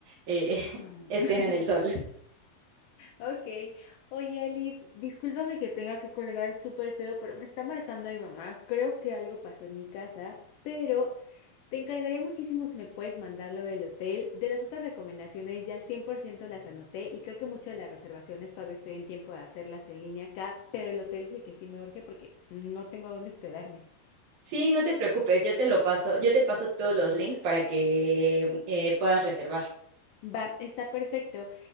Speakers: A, on the right; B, on the left.
A: eh, <laughs>
B: No.
A: estén
B: <laughs>
A: en el sol.
B: Ok. Oye, Alice, discúlpame que tenga que colgar súper feo, pero me está marcando mi mamá. Creo que algo pasó en mi casa, pero te encargaría muchísimo si me puedes mandarlo del hotel. De las otras recomendaciones ya 100% las anoté y creo que muchas de las reservaciones todavía estoy en tiempo de hacerlas en línea acá, pero el hotel es el que sí me urge porque no tengo dónde hospedarme.
A: Sí, no te preocupes, yo te lo paso, yo te paso todos los links para que eh, puedas reservar.
B: Va, está perfecto.